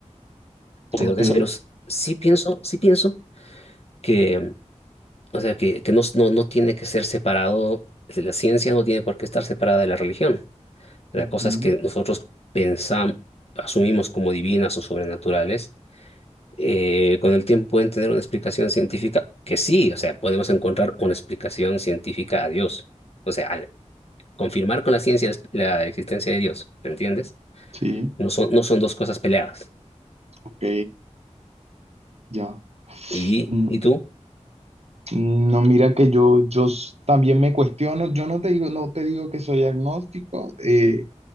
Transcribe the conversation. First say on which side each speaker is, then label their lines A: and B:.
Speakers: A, on the right; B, on the left.
A: Ok,
B: Pero de eso, pero s- sí pienso, sí pienso que O sea, que, que no, no, no tiene que ser separado, si la ciencia no tiene por qué estar separada de la religión. Las
A: ujú,
B: cosas que nosotros pensamos, asumimos como divinas o sobrenaturales, eh, con el tiempo pueden tener una explicación científica que sí, o sea, podemos encontrar una explicación científica a Dios. O sea, al confirmar con la ciencia la, la existencia de Dios, ¿me entiendes?
A: sí,
B: No son, no son dos cosas peleadas.
A: ok, ya.
B: ¿Y,
A: Mm,
B: y tú?
A: No, mira que yo, yo s- también me cuestiono, yo no te digo, no te digo que soy agnóstico, eh,